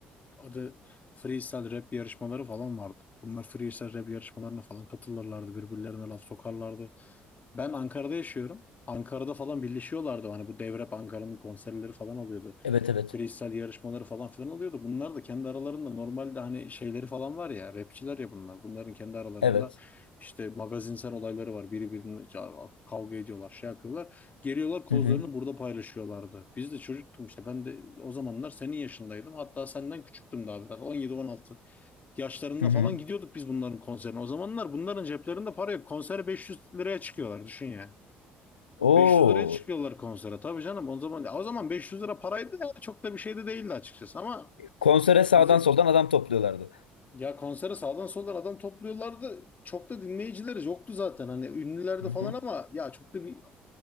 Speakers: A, on the left (about 35°); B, on the left (about 80°).
A: adı freestyle rap yarışmaları falan vardı. Bunlar freestyle rap yarışmalarına falan katılırlardı. Birbirlerine laf sokarlardı. Ben Ankara'da yaşıyorum. Ankara'da falan birleşiyorlardı. Hani bu Devrep Ankara'nın konserleri falan oluyordu.
B: Evet evet.
A: Freestyle yarışmaları falan filan oluyordu. Bunlar da kendi aralarında normalde hani şeyleri falan var ya. Rapçiler ya bunlar. Bunların kendi aralarında
B: Evet.
A: işte magazinsel olayları var. Biri birine ca- kavga ediyorlar, şey yapıyorlar. Geliyorlar kozlarını
B: Hı hı.
A: burada paylaşıyorlardı. Biz de çocuktum işte. Ben de o zamanlar senin yaşındaydım. Hatta senden küçüktüm daha biraz. 17-16 yaşlarında
B: Hı hı.
A: falan gidiyorduk biz bunların konserine. O zamanlar bunların ceplerinde para yok. Konsere 500 liraya çıkıyorlar düşün yani.
B: Oo.
A: 500 liraya çıkıyorlar konsere. Tabii canım o zaman o zaman 500 lira paraydı yani çok da bir şey de değildi açıkçası ama
B: Konsere
A: bizi
B: sağdan soldan adam topluyorlardı.
A: ya konsere sağdan soldan adam topluyorlardı. Çok da dinleyicileri yoktu zaten. Hani ünlülerdi
B: Hı
A: falan
B: hı.
A: ama ya çok da bir